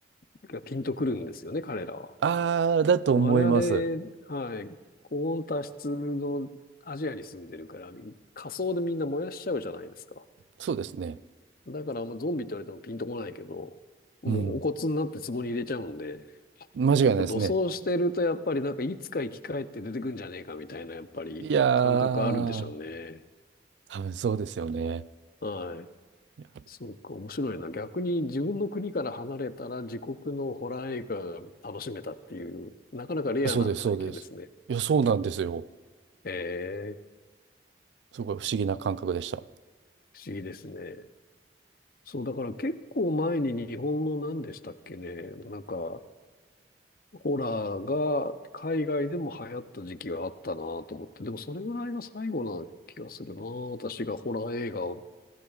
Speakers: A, on the left; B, on the right.
A: がピンとくるんですよね、彼らは。
B: ああ、だと思います。
A: 我々、はい、高温多湿のアジアに住んでるから、火葬でみんな燃やしちゃうじゃないですか。
B: そうですね。
A: だから、もうゾンビって言われてもピンとこないけど、もうお骨になって壺に入れちゃうんで、
B: うん。間違いないですね。
A: やっぱ土葬してると、やっぱりなんかいつか生き返って出てくんじゃねえかみたいな、やっぱり感覚あるんでしょうね。
B: いやー、多分そうですよね。
A: はい。
B: い
A: そうか、面白いな。逆に自分の国から離れたら自国のホラー映画が楽しめたっていう、なかなかレアな体験ですね。
B: やそうです、そうです。いや、そうなんですよ。
A: ええ、
B: すごい不思議な感覚でした。
A: 不思議ですね。そう、だから結構前に日本の何でしたっけね、なんか、ホラーが海外でも流行った時期があったなと思って、でもそれぐらいが最後な気がするな私がホラー映画を